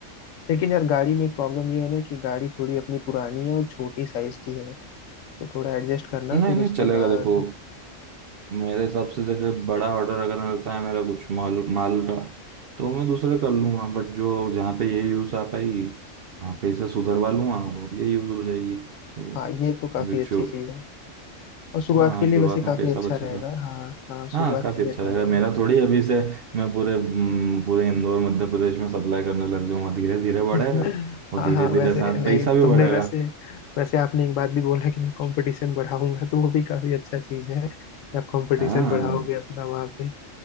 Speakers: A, on the left (about 80°); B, on the right (about 60°).
A: लेकिन यार गाड़ी में एक प्रॉब्लम ये है ना कि गाड़ी थोड़ी अपनी पुरानी है और छोटी साइज की है तो थोड़ा एडजस्ट करना
B: नहीं
A: फिर
B: नहीं
A: उसके
B: चलेगा
A: बाद
B: देखो मेरे हिसाब से जैसे बड़ा ऑर्डर अगर रहता है मेरा कुछ माल माल का तो मैं दूसरे कर लूंगा बट जो जहाँ पे ये यूज़ आ पाएगी वहाँ पे इसे सुधरवा लूंगा और ये यूज़ हो जाएगी तो
A: हाँ ये तो काफी
B: अभी
A: अच्छी
B: शुरू
A: चीज है और शुरुआत
B: हाँ
A: के लिए
B: शुरुआत
A: वैसे काफी
B: में पैसा
A: अच्छा
B: बचेगा
A: रहेगा हाँ हाँ शुरुआत
B: हाँ काफ़ी
A: के लिए
B: अच्छा
A: अच्छा
B: रहेगा
A: रहेगा
B: मेरा थोड़ी अभी से मैं पूरे हम्म, पूरे इंदौर मध्य प्रदेश में सप्लाई करने लग जाऊंगा धीरे धीरे
A: <laughs>
B: बढ़ेगा और
A: हाँ
B: धीरे
A: हाँ
B: धीरे
A: वैसे
B: साथ
A: नहीं
B: पैसा भी
A: तुमने
B: बढ़ेगा
A: वैसे वैसे आपने एक बात भी बोला कि मैं कंपटीशन बढ़ाऊंगा तो वो भी काफी अच्छा चीज है आप कंपटीशन
B: हाँ
A: बढ़ाओगे अपना वहाँ पे